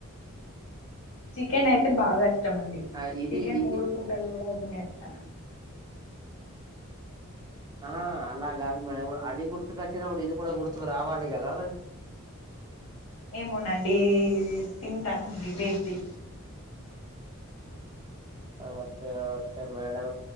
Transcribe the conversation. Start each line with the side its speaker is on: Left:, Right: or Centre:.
Left: చికెన్ అయితే బాగా ఇష్టం అండి
Right: ఆ, ఇది
Left: చికెన్
Right: ఇది
Left: మూడు పూటలు గూడా తినేస్తా
Right: ఆ అలా గాదు మేడం అది గుర్తుకు వచ్చినప్పుడు ఇది గూడా గుర్తుకు రావాలి గదా
Left: ఏమోనండి తింటానండి బీఫ్ ది
Right: ఓకే ఓకే మేడం